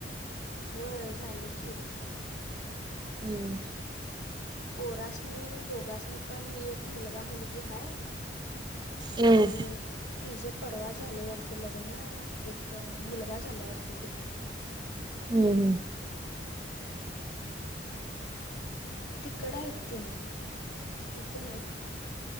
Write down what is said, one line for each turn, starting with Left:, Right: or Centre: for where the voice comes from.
Left: होय झाली की
Right: हम्म
Left: पोरास्नी दोघास्नी पण एक मुलगा मुलगी हाय
Right: हम्म
Left: आणि तिझं परवा झालय वाटतं लग्न एक मुलगा झालाय वाटतं तिला.
Right: हम् हम्.
Left: तिकंड हायत तेनी इथं नाहीत.